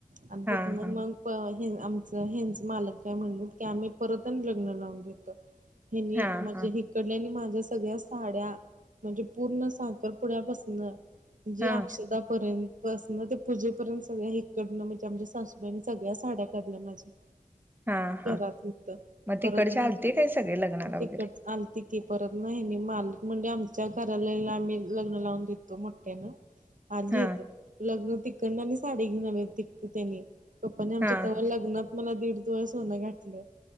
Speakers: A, on the right (about 85°); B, on the right (about 15°).
A: आणि
B: हा
A: तिथनं
B: हा
A: मग प हे आमचं हेंच मालक.. का म्हण की आम्ही परत लग्न लावून देत हेली
B: हा
A: म्हणजे
B: हा
A: इ कडल्याने माझ्या सगळ्या साड्या म्हणजे पूर्ण साखरपुड्यापासन... जी
B: हा
A: अक्षतापर्यंत. बसन ते पूजेपर्यंत सगळ्या इकडनं म्हणजे आमच्या सासूबाईनी सगळ्या साड्या काढल्या माझ्या.
B: हा हा
A: घरात य
B: मग तिकडचे
A: परत
B: आलते काय सगळे लग्नाला
A: तिकडचं.
B: वगैरे
A: आल त की परत नाही नाही माल म्हणजे आमच्या घराला आम्ही लग्न लावून देतो. त्यानं आली
B: हां,
A: येत लग्न तिकं न आणि साडी घेऊन त त्यानी. पप्पाने आमच्या
B: हां,
A: त्याव
B: हां.
A: लग्नात मला दीड तोल सोन घातलं.